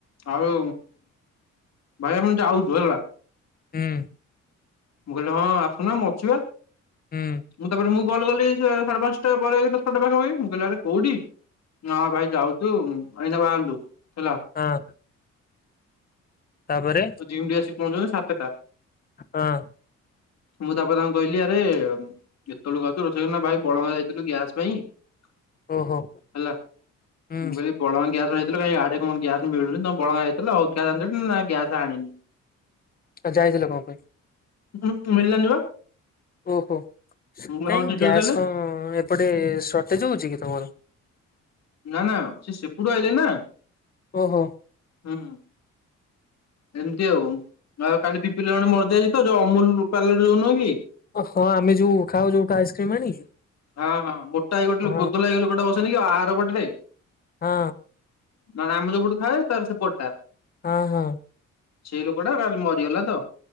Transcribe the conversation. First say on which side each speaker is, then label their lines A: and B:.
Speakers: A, on the left; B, on the left.
A: ଆଉ ଭାଇ ଆମେ ଯାଉଛୁ ହେଲା।
B: ଉଁ।
A: ମୁଁ କହିଲି ହଁ ଆସୁନା ମୁଁ ଅଛିିବା,
B: ହୁଁ
A: ମୁଁ ତାପରେ ମୁଁ। କଲ କଲି ସାଢେ ପାଞ୍ଚଟା ପରେ ଛ ଟା ପାଖା ପାଖି ମୁଁ କହିଲି ଆରେ କୋଉଠି? ନା ହଁ ଭାଇ ଯାଉଛୁ ଆଇନା ବାହାରିଲୁ। ହେଲା
B: ଆଁ। ତାପରେ।
A: ଜିମ୍ ଟିକେ ଆସି ପହଞ୍ଚୁଛନ୍ତି ସାତେଟା।
B: ହଁ
A: ମୁଁ ତାପରେ ତାଙ୍କୁ କହିଲି ଆରେ ଏତେବେଳକୁ ଆଉଛୁ ରୋଷେଇ ନା ଭାଇ। ବଡମ୍ବା ଯଇଥିଲୁ ଗ୍ୟାସ ପାଇଁ ହେଲା
B: ଓହୋ
A: ମୁଁ
B: ହୁଁ
A: କହିଲି ବଡମ୍ୱା ଗ୍ୟାସ ପାଇଁ। ଯାଇଥିଲ କାଁଇ ଆଡେ କଣ ଗ୍ୟାସ ମିଳୁନି ତମେ ବଡ଼ମ୍ବା ଯାଇଥିଲ ହଉ ଗ୍ୟାସ ଆନିଚଟି ନା ନାଇ ଗ୍ୟାସ ଆଣିନୁ।
B: ଯାଇଥିଲ କଣ ପାଇଁ
A: ଉଁ ହୁଁ ମିଳିଲାନି ବା।
B: ଓହୋ କାଇଁ
A: ମୁଁ କହିଲି ହଉ ଠିକ୍
B: ଗ୍ୟାସ୍
A: ଅଛି ତାହେଲେ
B: କଣ ଏପଟେ ସର୍ଟେଜ ହଉଛି କି ତମର?
A: ନା ନା ସେ ସେପୁଟୁ ଆଇଲେ ନା
B: ଓହୋ
A: ହୁଁ। ଏମିତି ଆଉ ଆଉ କାଲି ପିପିଲି ଜଣେ ମରିଯାଇଛି ତ ଯୋଉ ଅମୁଲ ପାର୍ଲର ଯୋଉ ନୁହେଁ କି।
B: ଓ ହୋ ଆମେ ଯୋଉ ଖାଉ ଯୋଉଠୁ ଆଇସ୍କ୍ରିମ ଆଣିକି।
A: ହଁ ହଁ ମୋଟା ହେଇ ଗୋଟେ
B: ହଁ
A: ଲୋକ ଗୋଦଲା ହେଇ ଲୋକ ଟା ବସେନି କି ଆରପଟରେ।
B: ହଁ।
A: ନା ନା ଆମେ ଯୋଉ ପଟେ ଖେଳୁ ତାର ସେପଟ ଟା।
B: ହଁ ହଁ।
A: ସେଇ ଲୋକ ଟା କାଲି ମରିଗଲା ତ।